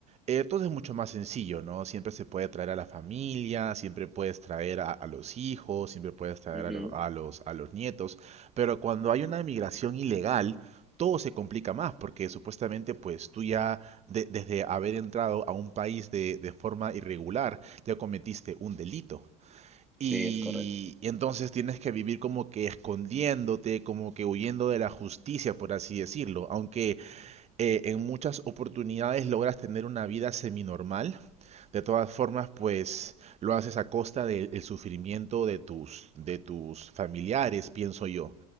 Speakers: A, on the right (about 35°); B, in the centre.
A: eh, todo es mucho más sencillo, ¿no? Siempre se puede traer a la familia, siempre puedes traer a, a los hijos, siempre puedes traer
B: Ujú,
A: a los, a los, a los nietos, pero cuando hay una migración ilegal, todo se complica más porque supuestamente pues tú ya de- desde haber entrado a un país de, de forma irregular ya cometiste un delito. Y,
B: Sí, es correcto.
A: y entonces tienes que vivir como que escondiéndote, como que huyendo de la justicia, por así decirlo. Aunque eh, en muchas oportunidades logras tener una vida seminormal, de todas formas, pues lo haces a costa del el sufrimiento de tus, de tus familiares, pienso yo.